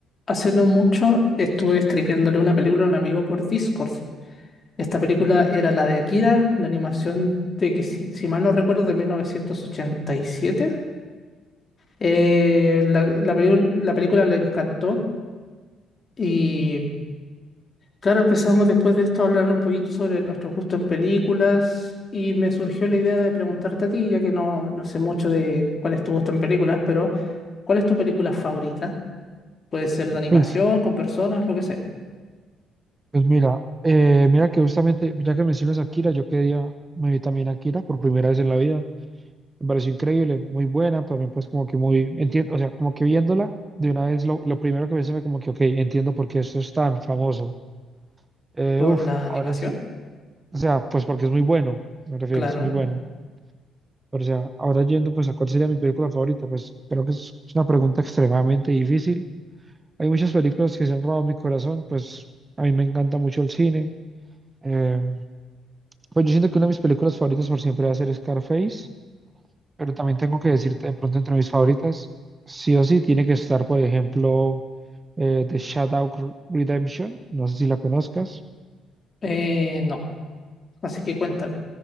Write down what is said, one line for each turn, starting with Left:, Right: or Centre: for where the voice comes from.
Left: Hace no mucho estuve streameándole una película a un amigo por Discord. Esta película era la de Akira, la animación de que, si, si mal no recuerdo, de 1987. Eh, la, la peliul- la película le encantó y, claro, empezamos después de esto a hablar un poquito sobre nuestro gusto en películas y me surgió la idea de preguntarte a ti, ya que no, no sé mucho de cuál es tu gusto en películas, pero ¿cuál es tu película favorita? Puede ser de animación,
Right: Pues,
Left: con personas, lo que sea.
Right: pues mira, eh, mira que justamente, ya que mencionas a Akira, yo quedé día me vi también a Akira por primera vez en la vida. Me pareció increíble, muy buena, también pues como que muy, entiendo, o sea, como que viéndola de una vez, lo, lo primero que pensé fue como que, ok, entiendo por qué esto es tan famoso. Eh,
Left: ¿Por
Right: uf,
Left: la animación?
Right: ahora sí, o sea, pues porque es muy bueno, me refiero,
Left: Claro,
Right: es muy bueno. Pero, o sea, ahora yendo pues a cuál sería mi película favorita, pues creo que es es una pregunta extremadamente difícil. Hay muchas películas que se han robado mi corazón, pues a mí me encanta mucho el cine. em, Pues yo siento que una de mis películas favoritas por siempre va a ser Scarface, pero también tengo que decirte de pronto entre mis favoritas, sí o sí tiene que estar, por ejemplo, eh, The Shawshank Redemption, no sé si la conozcas.
Left: eh, no. Así que cuéntame,